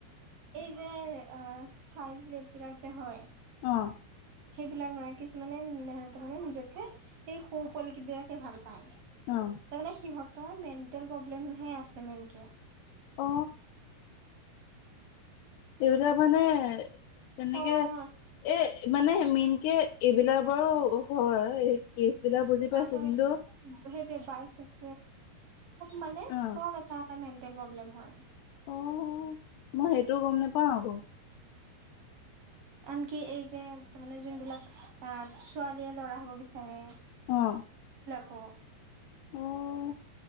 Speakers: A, on the right; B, on the left.
A: এই যে অ চাৰফ বিলাক যে হয়
B: অ
A: সেইবিলাক মানে কিছুমানে তাৰ মানে নিজকে সেই সৌ উপল বিলাকে ভাল পায়
B: অ
A: তাৰ মানে সিহঁতৰ মেণ্টেল প্ৰব্লেমহে আছে মেনকে
B: অ এইবিলাক মানে তেনেকে
A: চচ
B: এ মানে মেইন কে এইবিলাকাৰু হয় কেচ বিলাক বুজি পাইছো
A: আকৌ
B: কিন্তু
A: সেই যে বাইছে ব মানে
B: অ
A: চব এটা এটা মেটেল প্ৰব্লেম হয়
B: অ মই সেইটোও গম নোপাও আকৌ
A: আনকি এই যে তাৰ মানে যোন বিলাক আহ ছোৱালীয়ে ল'ৰা হব বিচাৰে
B: অ
A: ক
B: অ